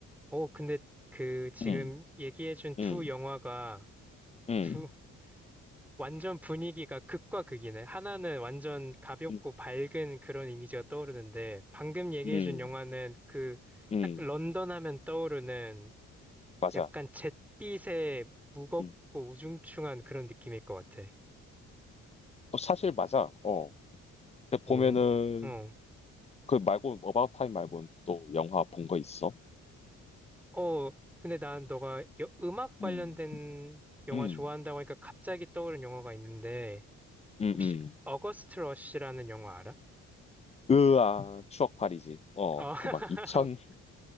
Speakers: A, in the centre; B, on the left (about 20°).
A: 어, 근데 그 지금
B: 음.
A: 얘기해준 두
B: 음,
A: 영화가
B: 음,
A: 두, 완전 분위기가 극과 극이네. 하나는 완전 가볍고
B: 음.
A: 밝은 그런 이미지가 떠오르는데, 방금 얘기해준
B: 음,
A: 영화는 그
B: 음,
A: 딱 런던
B: 음,
A: 하면 떠오르는
B: 맞아.
A: 약간 잿빛의 무겁고
B: 음.
A: 우중충한 그런 느낌일 것 같아.
B: 어, 사실 맞아. 어. 근데
A: 오,
B: 보면은
A: 어.
B: 그 말고 어바웃 타임 말고는 또 영화 본 거 있어?
A: 어, 근데 난 너가 여- 음악 관련된
B: 음,
A: 영화
B: 음,
A: 좋아한다고 하니까 갑자기 떠오른 영화가 있는데,
B: 음,
A: 혹시
B: 음.
A: 어거스트 러시라는 영화 알아?
B: 으아, 추억팔이지. 어,
A: 어, <laughs>
B: 그 막 2000,